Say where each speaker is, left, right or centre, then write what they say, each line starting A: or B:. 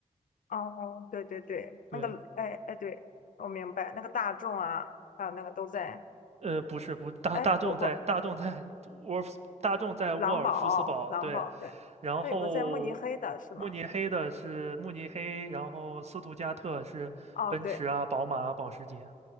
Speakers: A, on the left; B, on the right.
A: 哦，对对对，
B: 对，
A: 那个，哎哎，对，我明白，那个大众啊，还有那个都在，
B: 呃，不是，不，大大众在大众在沃尔夫大众在沃尔夫斯堡，
A: 哎，不不，狼堡，狼堡，
B: 对，
A: 对，
B: 然后
A: 那有个在慕尼黑的是吗？
B: 慕尼黑的是慕尼黑，然后斯图加特是奔驰啊、
A: 哦，对，
B: 宝马啊保时捷，